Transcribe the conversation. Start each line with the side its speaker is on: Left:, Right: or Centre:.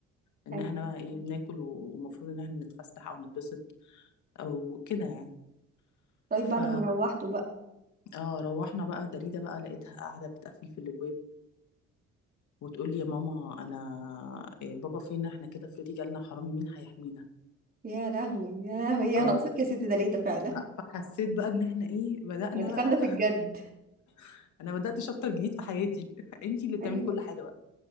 Left: ان
Right: أيوة
Left: احنا بقى ايه بناكل ومفروض ان احنا نتفسح او نتبسط او كده يعني
Right: طيب
Left: ف
Right: بعد ما روحتوا بقى
Left: اه روحنا بقى دريدة بقى لقيتها قاعدة بتقفل في الابواب وتقول لي يا ماما انا إيه بابا فين احنا كده افرضي جالنا حرامي مين هيحمينا
Right: يا لهوي يا لهوي
Left: اه
Right: هي ناقصاك يا ستي ده ليه ده فعلا
Left: ف- فحسيت بقى ان احنا ايه بدأنا
Right: يعني دخلنا
Left: بقى
Right: في الجد
Left: <laughs> انا بدأت شابتر جديد في حياتي <laughs> انتي اللي بتعملي
Right: ايوه
Left: كل حاجة بقى